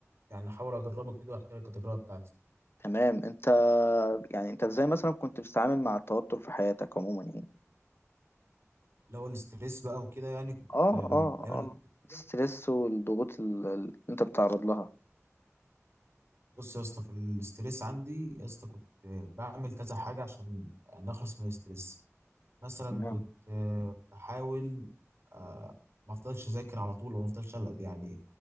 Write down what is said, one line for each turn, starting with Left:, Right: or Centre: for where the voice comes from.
Right: يعني هحاول اجربه كده واحكي لك التجربه بتاعتي
Left: تمام أنت يعني أنت إزاي مثلا كنت بتتعامل مع التوتر في حياتك عموما يعني
Right: اللي هو الاستريس بقى وكده يعني كنت
Left: آه
Right: لما
Left: آه
Right: في ايام
Left: آه
Right: ال- <laughs>
Left: الستريس والضغوط ال- ال- اللي أنت بتتعرض لها
Right: بص يا اسطى في الاستريس عندي يا اسطى كنت بعمل كذا حاجه عشان نخلص من الاستريس مثلا
Left: تمام
Right: كنت بحاول آه، ما افضلش اذاكر على طول وما افضلش أقعد يعني